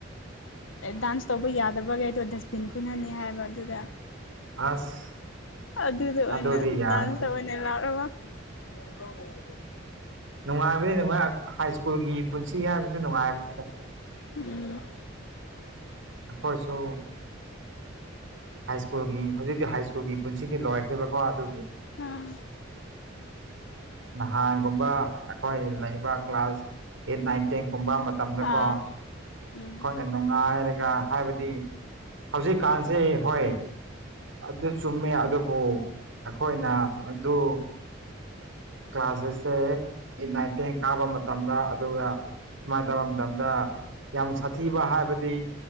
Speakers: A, on the left; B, on the right.
A: ꯗꯥꯟꯁ ꯇꯧꯕ ꯌꯥꯗꯕꯒꯩꯗꯣ ꯗꯁꯕꯤꯟ ꯈꯨꯟꯍꯅꯤ ꯍꯥꯏꯕ ꯑꯗꯨꯗ
B: ꯑꯁ
A: ꯑꯗꯨꯗ ꯑꯣꯏꯅ
B: ꯑꯗꯨꯗꯤ ꯌꯥꯔꯅꯤ
A: ꯗꯥꯟꯁ ꯇꯧꯋꯦꯅꯦ ꯂꯥꯛꯔꯒ ꯀꯣꯟ <unintelligible>
B: ꯅꯨꯡꯉꯥꯏꯕꯅꯤ ꯅꯨꯡꯉꯥꯏ ꯍꯥꯏꯁ꯭ꯀꯨꯜꯒꯤ ꯄꯨꯟꯁꯤ ꯍꯥꯏꯕꯁꯤ ꯅꯨꯡꯉꯥꯏꯕꯅꯤꯗ
A: ꯎꯝ
B: ꯑꯩꯈꯣꯏꯁꯨ ꯍꯥꯏꯁ꯭ꯀꯨꯜꯒꯤ ꯍꯧꯖꯤꯛꯇꯤ ꯍꯥꯏꯁ꯭ꯀꯨꯜꯒꯤ ꯄꯨꯟꯁꯤꯗꯤ ꯂꯣꯏꯈ꯭ꯔꯦꯕꯀꯣ ꯑꯗꯨꯒꯤ
A: ꯑꯥ
B: ꯅꯍꯥꯟꯒꯨꯝꯕ ꯑꯩꯈꯣꯏ ꯂꯩꯕ ꯀ꯭ꯂꯥꯁ ꯑꯦꯠ ꯅꯥꯏꯟ ꯇꯦꯟ ꯀꯨꯝꯕ ꯃꯇꯝꯗꯀꯣ
A: ꯑꯥ
B: ꯑꯩꯈꯣꯏꯅ
A: ꯎꯝ
B: ꯅꯨꯡꯉꯥꯏꯔꯒ ꯍꯥꯏꯕꯗꯤ ꯍꯧꯖꯤꯛ ꯀꯥꯟꯁꯦ ꯍꯣꯏ ꯑꯗꯨ ꯆꯨꯝꯃꯦ ꯑꯗꯨꯕꯨ ꯑꯩꯈꯣꯏꯅ ꯑꯗꯨ ꯀ꯭ꯂꯥꯁꯦꯁꯦ ꯑꯩꯠ ꯅꯥꯏꯟ ꯇꯦꯟ ꯀꯥꯕ ꯃꯇꯝꯗ ꯑꯗꯨꯒ ꯁꯨꯃꯥꯏꯅ ꯇꯧꯕ ꯃꯇꯝꯗ ꯌꯥꯝ ꯁꯥꯊꯤꯕ ꯍꯥꯏꯕꯗꯤ